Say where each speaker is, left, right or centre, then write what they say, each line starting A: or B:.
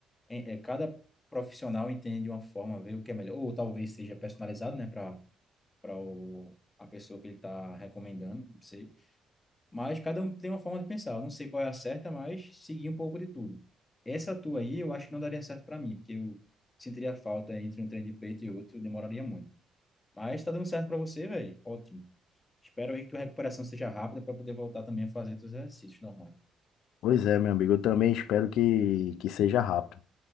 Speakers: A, on the left (about 20°); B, on the left (about 85°).
A: é, é, cada profissional entende de uma forma, vê o que é melhor. Ou talvez seja personalizado, né? Para para a pessoa que ele está recomendando, não sei. Mas cada um tem uma forma de pensar. Eu não sei qual é a certa, mas segui um pouco de tudo. Essa tua aí, eu acho que não daria certo para mim, porque eu sentiria falta entre um treino de peito e outro, eu demoraria muito. Mas tá dando certo para você, velho. Ótimo. Espero aí que tua recuperação seja rápida para poder voltar também a fazer teus exercícios normais.
B: Pois é, meu amigo, eu também espero que, que seja rápido.